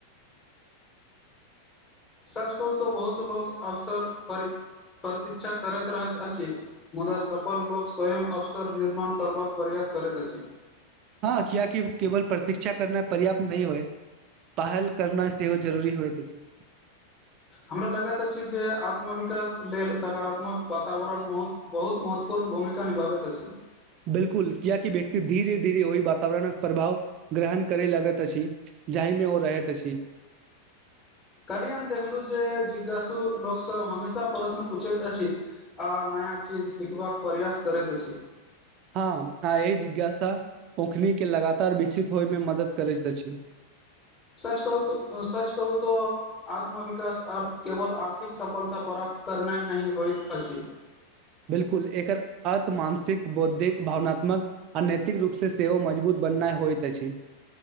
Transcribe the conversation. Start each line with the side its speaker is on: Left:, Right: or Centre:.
Left: सच कह तो बहुत लोको अवसर पर प्रतीक्षा करैत रहैत अछि मुदा सफल लोग स्वयं अवसर निर्माण करबाक प्रयास करैत अछि
Right: हँ किया की केवल प्रतीक्षा करना पर्याप्त नहि होए पहल करना सेहो जरूरी होइत अछि
Left: हमरा लागैत अछि जे आत्मविकास लेल सकारात्मक वातावरण बहुत महत्वपूर्ण भूमिका निभाबित अछि
Right: बिल्कुल कियाकि व्यक्ति धीरे धीरे ओहि वातावरणक प्रभाव ग्रहण करे लगत अछि जाहिमे ओ रहैत अछि
Left: कल्हि हम देखलु जे जिज्ञासु लोकसभ हमेशा प्रश्न पूछैत अछि आ नया चीज सिखबाक प्रयास करैत अछि
Right: हँ आ ए जिज्ञासा अखनी केँ लगातार विकसित होय मे मदद करैत अछि
Left: सच कहू त सच कहू तो आत्मविकास अर्थ केवल आर्थिक सफलता प्राप्त करनाइ नहि होइत अछि
Right: बिल्कुल एकर अर्त मानसिक बौद्धिक भावनात्मक आ नैतिक रूप से सेहो मजबूत बननै होइत अछि